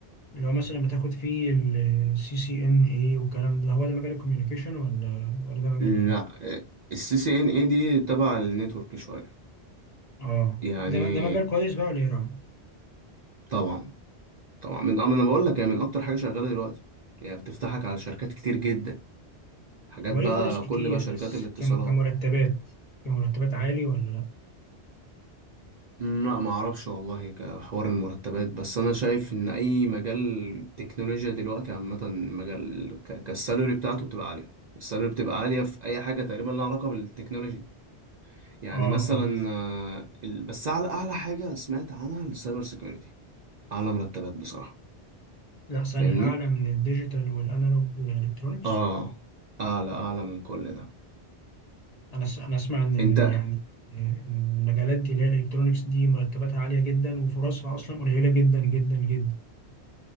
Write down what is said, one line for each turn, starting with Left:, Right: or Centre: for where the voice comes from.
Left: اللي هو مثلا بتاخد فيه السي سي ان ايه والكلام ده هو ده مجال الكوميونيكيشن ولا ولا ده مجال
Right: لا
Left: ايه
Right: السي سي ان اي دي تبع النتورك شويه
Left: اه
Right: يعني
Left: ده ده مجال كويس بقى ولا ايه رايك
Right: طبعا طبعا من اه ما انا بقول لك يعني من اكتر حاجه شغاله دلوقتي يعني بتفتحك على شركات كتير جدا حاجات
Left: هو
Right: بقى
Left: ليه فرص كتير
Right: كل بقى شركات
Left: بس
Right: الاتصالات
Left: كم كمرتبات كمرتبات عالي ولا لا
Right: أمم، لا ما اعرفش والله كحوار المرتبات بس انا شايف ان اي مجال تكنولوجيا دلوقتي عامه مجال ك- كالسالوري بتاعته بتبقى عاليه السالوري بتبقى عاليه في اي حاجه تقريبا لها علاقه بالتكنولوجي يعني
Left: اه اه
Right: مثلا آه، ال- بس اعلى اعلى حاجه سمعت عنها السايبر سيكيورتي اعلى مرتبات بصراحه
Left: لا ثانية
Right: فاهمني
Left: أعلى من الديجيتال والأنالوج إلكترونيكس
Right: اه اعلى اعلى من كل ده
Left: انا س- انا اسمع ان ال-
Right: انت
Left: يعني المجالات دي اللي هي الالكترونيكس دي مرتباتها عاليه جدا وفرصها اصلا قليله جدا جدا جدا